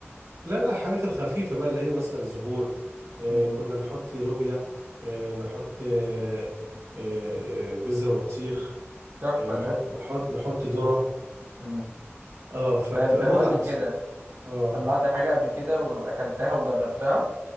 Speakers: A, on the right (about 80°); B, on the right (about 50°).
A: لا لا الحاجات الخفيفه بقى اللي هي مثلا زهور آه
B: امم
A: كنا نحط لوبيا آه نحط آه آه آه، بذر بطيخ
B: تحفة
A: آه نحط
B: ده
A: نحط نحط ذره
B: امم
A: اه فبتبقى
B: طيب قول
A: متعه
B: لي
A: بس
B: كده
A: اه
B: طلعت حاجة قبل كده وأكلتها وجربتها